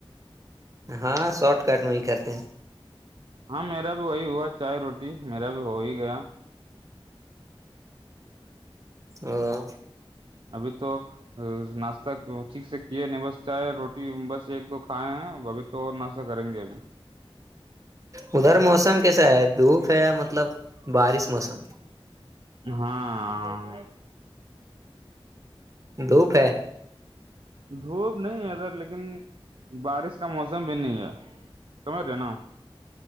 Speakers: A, on the right (about 35°); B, on the right (about 60°).
A: ہاں شارٹ کٹ میں ہی کرتے ہیں
B: ہاں میرا بھی وہی ہوا چائے روٹی میرا بھی ہو ہی گیا
A: ہ <unintelligible>
B: ابھی تو ناشہ ٹھیک سے کیے نہیں بس چاہے روٹی بس ایک دو کھائے ہیں تو اور ناشتہ کریں گے ابھی
A: ادھر موسم کیسا ہے دھوپ ہے یا مطلب بارش موسم
B: ہاں
A: دھوپ ہے
B: دھوپ نہیں ہے ادھر لیکن بارش کا موسم بھی نہیں ہے سمجھ رہے نا